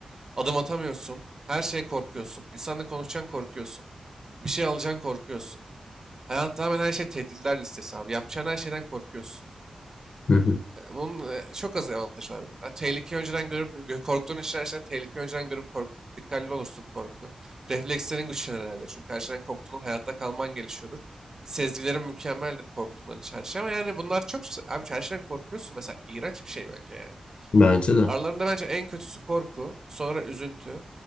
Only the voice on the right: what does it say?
Adım atamıyorsun. Her şeye korkuyorsun. İnsanla konuşacaksın korkuyorsun. Bir şey alacaksın korkuyorsun. Hayat tamamen her şey tehditler listesi abi. Yapacağın her şeyden korkuyorsun.
E, Bunun e, çok az avantajı var bir de. Ha, tehlikeyi önceden görüp, gö- korktuğun için her şeyden tehlikeyi önceden görüp kork, dikkatli olursun korku. Reflekslerin güçlenir herhalde. Çünkü her şeyden korktuğundan hayatta kalman gelişiyordur. Sezgilerin mükemmeldir korktuğundan hiç her şey. Ama yani bunlar çok... s- Abi her şeyden korkuyorsun. Mesela iğrenç bir şey bence yani.
Aralarında bence en kötüsü korku. Sonra üzüntü.